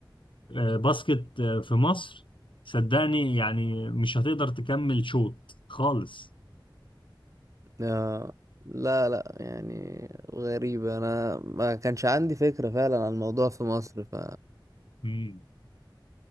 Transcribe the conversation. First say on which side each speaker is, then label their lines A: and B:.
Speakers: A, on the left; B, on the right.
A: آه، باسكت آه، في مصر صدقني يعني مش هتقدر تكمل شوط خالص
B: آه، لا لا يعني غريبة انا ما كانش عندي فكرة فعلا عن الموضوع في مصر ف
A: مم.